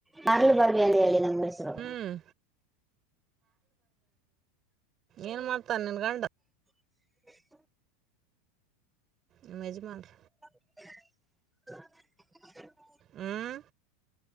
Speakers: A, in the centre; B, on the right.
A: ಮರ್ಲು ಬಾವಿ ಅಂತ ಹೇಳಿ ನಮ್ಮ್ ಹೆಸರು
B: ಹ್ಮ್ ಏನ್ ಮಾಡ್ತಾರ ನಿನ್ ಗಂಡ.
A: <inaudible>
B: ನಿಮ್ ಯೆಜ್ಮಾನ್ರ.
A: <inaudible>
B: ಹ್ಮ